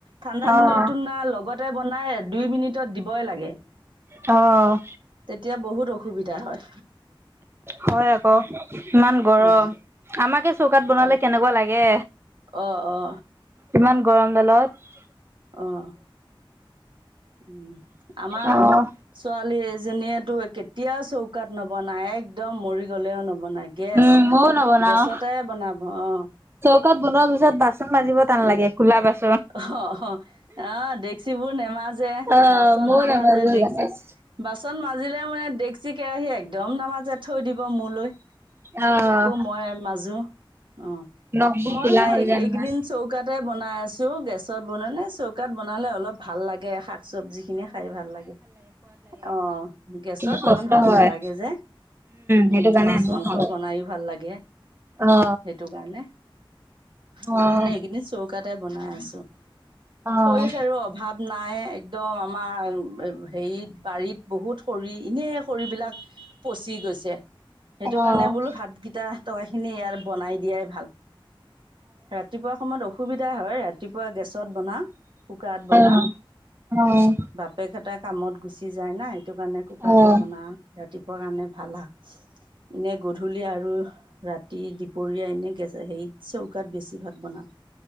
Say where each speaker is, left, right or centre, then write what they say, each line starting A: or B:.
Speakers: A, on the right; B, on the right.
A: ঠাণ্ডা
B: অ',
A: দিনত তুলনা লগত তে বনাই দুই মিনিটত দিবই লাগে
B: অ',
A: তেতিয়া বহুত অসুবিধা হয়
B: হয় আকৌ ইমান গৰম
A: অঁ
B: আমাকে চৌকাত বনালে কেনেকুৱা লাগে
A: অ অ
B: ইমান গৰম দালত
A: আহঁ উম আমাৰ
B: অ',
A: ছোৱালী এজনীয়েেতো কেতিয়াও চৌকাত নবনায় একদম মৰি গ'লেও নবনায় গেছ
B: উম, ময়ো নবনাও
A: গেছতে বনাব অ
B: ত বনোৱাৰ পিছত বাচনাজিব টান লাগে খোল বাচন
A: অ অ আহ ডেক্চিবোৰ নেমাজে
B: অ',
A: বাচন
B: ময়ো
A: নামাজে
B: নামাজো
A: ডেক্চি
B: গেছ।
A: বাচন মাজিলে মানে ডেকচি কেৰাহী একদম নামাজে থৈ দিব মূলৈ
B: অ',
A: আকৌ মই মাজো অ
B: নখবোৰ
A: মই
B: কোলা
A: যে
B: হৈ যায়
A: এইকেইদিন
B: নহয়।
A: চৌকাতে বনাই আছো গেছত বন নে চৌকাত বনালে অলপ ভাল লাগে শাক চব্জি খিনি খাই ভাল লাগে অ গেছত
B: কিন্তু কষ্ট
A: ইমান ভাল
B: হয়।
A: নালাগে যে
B: সেইটো
A: উম
B: কাৰণে
A: মাছ
B: আমিও
A: মাংস
B: খাওঁ।
A: বনাইো ভাল লাগে
B: অ
A: সেইটো কাৰণে
B: অ',
A: সেইটো কাৰানে এইকেইদিন চৌকাতে বনাই আছো
B: অ',
A: শৰিসেৰো অভাৱ নাই একদম আমাৰ হেৰিত বাৰীত বহুত খৰি এনেই খৰিবিলাক পচি গৈছে সেইটো
B: অ',
A: কাৰণে বোলো ভাতকেইটা টকা খিনি ইয়াৰ বনাই দিয়াই ভাল ৰাতিপুৱা সময়ত অসুবিধা হয় ৰাতিপুৱা গেছত বনা কুকাৰত বনাওঁ
B: অ', অ', অ'।
A: বাপেক এটা কামত গুচি যায় না সেইটো কাৰণে কুকাৰুতে
B: অ',
A: বনা ৰাতিপুৱা কাৰণে ভাল আহ এনে গধূলি আৰু ৰাতি দুপৰীয়া এনে হেৰিত চৌকাত বেছিভাগ বনাওঁ